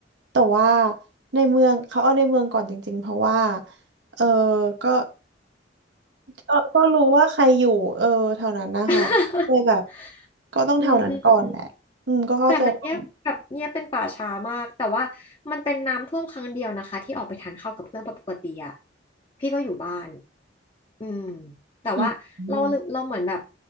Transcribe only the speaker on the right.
แต่ว่าในเมืองเขาเอาในเมืองก่อนจริงๆเพราะว่าเออก็ ก็ก็รู้ว่าใครอยู่เออแถวนั้นนะคะเลยแบบ
ก็ต้องแถวนั้นก่อนแหละอืมก็เข้าใจได้
อืมอืม